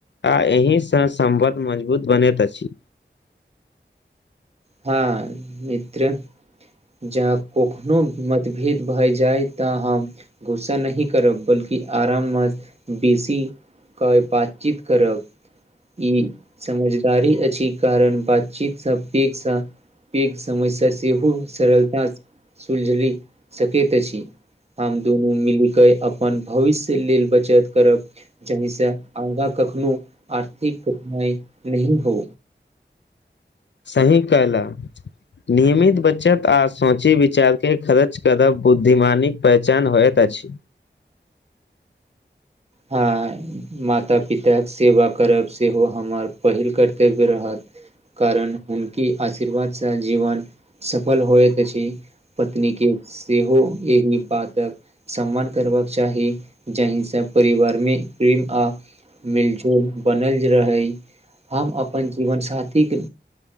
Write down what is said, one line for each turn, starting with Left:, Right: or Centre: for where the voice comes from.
Left: आ एहिसँ सम्बंध मजबूत बनैत अछि
Right: हँ मित्र जँ कखनोहु मतभेद भए जाय तऽ हम गुस्सा नहि करब बल्कि आराममे बेसी क बातचीत करब ई समझदारी अछि कारण बातचीत सब एक साथ पेघ समस्या से हो सरलता सँ सुलझरि सकैत अछि हम दुनू मिल के अपन भविष्य लेल बचत करब जाहिसँ आगाँ कखनो आर्थिक कठिनाई नही हो
Left: सही कहल नियमित बचत आर सोचे विचारके खर्च करब बुद्धिमानी पहचान होैयत अछि
Right: हँ माता पिताक सेवा करब सेहो हमर पहिल कर्तव्य रहत कारण हुनके आशीर्वादसँ जीवन सफल होएत अछि पत्नीके सेहो एहिह बातक सम्मान करबाक चाही जाहि सब परिवार मे प्रेम आ मिलजोल बनल रहै हम अपन जीवन साथीके